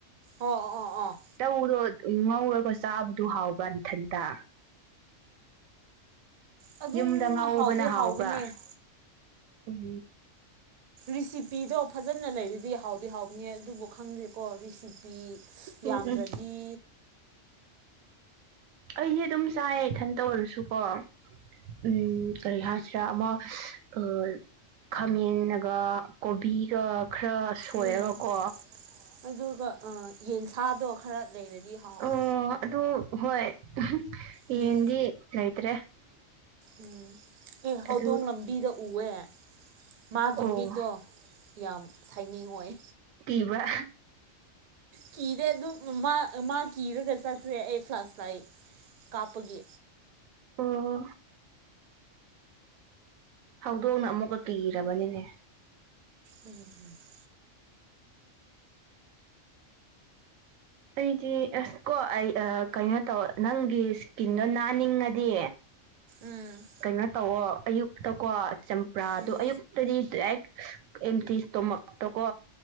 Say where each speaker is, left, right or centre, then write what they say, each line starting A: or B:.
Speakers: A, on the right; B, on the right.
A: ꯑꯣ ꯑꯣ ꯑꯣ
B: ꯇꯧꯗꯣ ꯉꯧꯔꯒ ꯆꯥꯕꯗꯨ ꯍꯥꯎꯕ ꯏꯊꯟꯇ
A: ꯑꯗꯨꯝ
B: ꯌꯨꯝꯗ ꯉꯥꯎꯕꯅ
A: ꯍꯥꯎꯗꯤ ꯍꯥꯎꯕꯅꯦ
B: ꯍꯥꯎꯕ꯭ꯔ ꯑꯝ
A: ꯔꯤꯁꯤꯄꯤꯗꯣ ꯐꯖꯅ ꯂꯩꯔꯗꯤ ꯍꯥꯎꯗꯤ ꯍꯥꯎꯅꯤ ꯑꯗꯨꯕꯨ ꯈꯪꯗꯦꯀꯣꯔꯤꯁꯤ ꯄꯤ
B: ꯎꯝ
A: ꯌꯥꯝꯗ꯭ꯔꯗꯤ
B: ꯎꯝ ꯑꯩꯗꯤ ꯑꯗꯨꯝ ꯆꯥꯏ ꯏꯊꯟꯇ ꯑꯣꯏꯔꯁꯨꯀꯣ ꯎꯝ ꯀꯔꯤ ꯍꯥꯏꯁꯤꯔꯥ ꯑꯃ ꯑ ꯈꯥꯃꯦꯟꯒ ꯀꯣꯕꯤꯒ ꯈꯔ ꯁꯣꯏꯔꯒꯀꯣ
A: ꯎꯝ ꯑꯗꯨꯒ ꯌꯦꯟꯁꯥꯗꯣ ꯈꯔ ꯂꯩꯔꯗꯤ ꯍꯥꯎ
B: ꯑꯣ ꯑꯗꯨ ꯍꯣꯏ
A: ꯎꯝ
B: ꯌꯦꯟꯗꯤ ꯂꯩꯇ꯭ꯔꯦ
A: ꯎꯝ ꯑꯦ ꯍꯧꯗꯣꯡ
B: ꯑꯗꯨ
A: ꯂꯝꯕꯤꯗ ꯎꯑꯦ ꯃꯥꯒꯤ
B: ꯑꯣ
A: ꯃꯤꯠꯇꯣ ꯌꯥꯝ ꯁꯥꯏꯅꯤꯡ ꯑꯣꯏ
B: ꯀꯤꯕ꯭ꯔꯥ
A: ꯀꯤꯔꯦ ꯑꯗꯨꯝ ꯃꯥ ꯃꯥ ꯀꯤꯔꯒ ꯆꯠꯈ꯭ꯔꯦ ꯑꯩ ꯐ꯭ꯂꯥꯁ ꯂꯥꯏ ꯀꯥꯞꯄꯒꯤ
B: ꯑꯣ ꯍꯧꯗꯣꯡꯅ ꯑꯃꯨꯛꯀ ꯀꯤꯔꯕꯅꯤꯅꯦ
A: ꯎꯝ
B: ꯑꯩꯗꯤ ꯑꯁ ꯀꯣ ꯑꯩ ꯀꯩꯅꯣ ꯇꯧ ꯅꯪꯒꯤ ꯏꯁꯀꯤꯟꯗꯣ ꯅꯥꯅꯤꯡꯉꯗꯤ
A: ꯎꯝ
B: ꯀꯩꯅꯣ ꯇꯧꯑꯣ ꯑꯌꯨꯛꯇ ꯀꯣ ꯆꯝꯄ꯭ꯔꯥꯗ
A: ꯎꯝ
B: ꯑꯌꯨꯛ ꯗꯤ ꯑꯦꯝꯇ ꯏꯁꯇꯣꯃꯛꯇꯣꯀꯣ